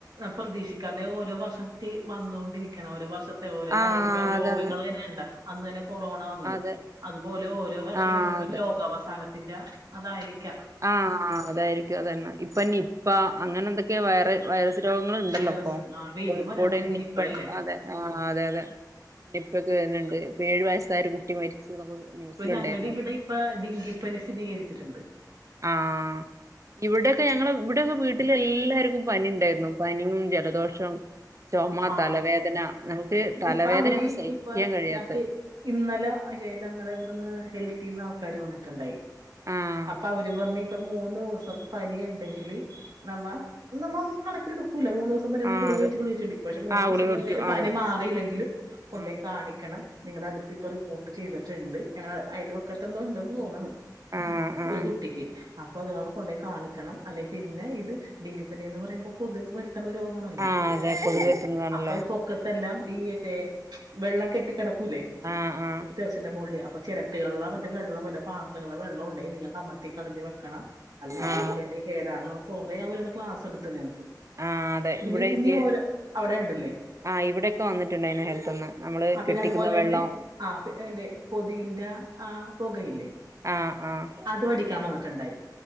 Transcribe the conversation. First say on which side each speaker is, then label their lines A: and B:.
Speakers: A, on the right; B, on the right.
A: പ്രതീക്ഷിക്കാതെ ഓരോ വർഷം ചെയ്യും വന്നോണ്ടിരിക്കണേ ഒരോ വർഷ ഓരോ
B: ആ
A: കാര്യങ്ങൾ. ഇപ്പ രോഗങ്ങളന്നെ
B: അതാണ്
A: കണ്ട
B: ആ
A: അന്ന് തന്നെ കൊറോണ വന്നത്.
B: അതെ
A: അത്പോലെ ഓരോ വർഷ
B: ആഹ്
A: ഇങ്ങനെ പ്പ ഒര് ലോകാവസാനത്ത് ഇതിന്റെ അതായിരിക്കാം
B: ആ ആ അതായിരിക്കും അതന്നെ. ഇപ്പ നിപ്പ അങ്ങനെ എന്തൊക്കെയൊ വേറെ വൈറസ് രോഗങ്ങള് ഇണ്ടല്ലോ
A: വൈറസ്
B: ഇപ്പോ.
A: ആ വീണ്ടും
B: കോഴിക്കോട്
A: വരാൻ തുടങ്ങിന്
B: നിപ്പണ്ട്.
A: ഇപ്പഴല്ലേ
B: അതെ ആ അതെ അതെ നിപ്പൊക്കെ വരുണുണ്ട് ഏഴു വയസ്സായ ഒരു കുട്ടി മരിച്ചു എന്നൊക്കെ ന്യൂസിലുണ്ടായിരുന്നു
A: ഇപ്പൊ ഞങ്ങളുടെ ഇവിടെ ഇപ്പ ഡങ്കിപ്പനി സ്ഥിതികരിച്ചിട്ടിണ്ട്
B: ആഹ് ഇവിടെയൊക്കെ ഞങ്ങള് ഇവിടെയൊക്കെ വീട്ടിൽ എല്ലാർക്കും പനി ഇണ്ടായിരുന്നു പനിയും ജലദോഷം ചുമ
A: ആ
B: തലവേദന നമുക്ക് തലവേദനയൊന്നും
A: ഇപ്പ അവര്
B: സഹിക്കാൻ
A: ഇപ്പൊ
B: കഴിയാത്ത
A: ഞാക്ക് ഇന്നലെ ഞങ്ങടെ ഇവിടുന്ന് ഹെൽത്ത് ഹെൽത്തിന്ന് ആൾക്കാര് വന്നിട്ടിണ്ടായി
B: ആഹ്
A: അപ്പൊ അവര് പറഞ്ഞ് ഇപ്പ മൂന്ന് ദിവസം പനി ഇണ്ടെങ്കില് നമ്മ നമ്മ കണക്കെടു ഇല്ല മൂന്ന് ദിവസം പിന്നെ നമ്മള്
B: ആഹ്
A: ഗുളിക
B: അതെ
A: കഴിച്ച് ഗുളിക കഴിചിട്ടിരിക്കും മൂന്ന്
B: ആഹ്
A: ദിവസം
B: ഗുളിക കുടിക്കും
A: കഴിഞ്ഞാലും
B: അതെ
A: പനി മാറിയില്ലെങ്കിലും കൊണ്ട്
B: ആഹ്
A: കാണിക്കണം കാരണം നിങ്ങടെ അടുത്ത് ഇപ്പം റിപ്പോർട്ട്‌ ചെയ്തിട്ടുണ്ട് അയൽവക്കതെന്തൊ ഉണ്ടെന്ന് തോന്നണ്
B: ആഹ് ആഹ്
A: ഒരു കുട്ടിക്ക് അപ്പ അതെകാരണം കൊണ്ടെകാണിക്കണം അല്ലേ പിന്നെ ഇത് ഡെങ്കിപ്പനിന്ന് പറയുമ്പോ കൊതുക് പരത്തണ രോഗമാണല്ലോ
B: ആഹ് അതെ
A: കൊതുകു
B: കൊതുക്
A: വഴി
B: എത്തുന്നതാണല്ലോ
A: അപ്പൊ ഇപൊക്കത്തെല്ലാം നീയല്ലേ വെള്ളം കെട്ടികിടക്കും ലെ
B: ആഹ് ആഹ്
A: ടെറസിന്റെ മോളിൽ അപ്പൊ ചിരട്ടയിലിള്ള മറ്റേ വെള്ളം പത്രങ്ങളെ വെള്ളം ഉണ്ടെങ്കിൽ നിങ്ങൾകമത്തി കളഞ്ഞ് വെക്കണം അല്ല അത് നിങ്ങക്ക്ന്നെ
B: ആഹ്
A: കേടാണെന്ന് കൊറേ അവരത് ക്ലാസ് എടുത്തു ഞങ്ങക്ക്
B: ആഹ അതെ
A: പിന്നെ
B: ഇവിടെ
A: ഇനി
B: ഇത്
A: ഓരോ അവിടെ ഇണ്ടല്ലേ
B: ആഹ് ഇവിടെയൊക്കെ വന്നിട്ടുണ്ടായിന് ഹെൽത്ത്ന്ന് നമ്മള്
A: ആ പിന്നെ
B: കെട്ടിക്കുന്ന
A: അതുപോലെ
B: വെള്ളം
A: തന്നെ പിന്നെ കൊതിന്റെ ആ പൊകയില്ലേ
B: ആഹ് ആഹ്
A: അത് അടിക്കാൻ ഓടിക്കാൻവന്നിട്ടിണ്ടായി